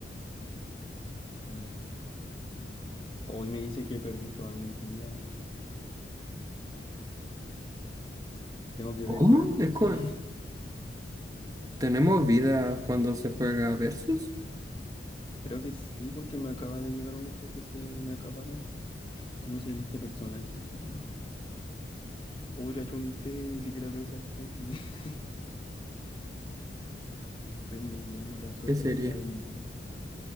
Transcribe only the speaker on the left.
a ver. Hoy me dice que perdí toda mi vida. Tengo que
ver un anuncio.
<laughs>
Creo que sí, porque me acaba de llegar un este que se me acabaron. ¿Cómo se llama este personaje? <gasps> Uy, la chunté, ni siquiera veo esa serie. <laughs> Soy muy bueno, la suerte
está de mi lado.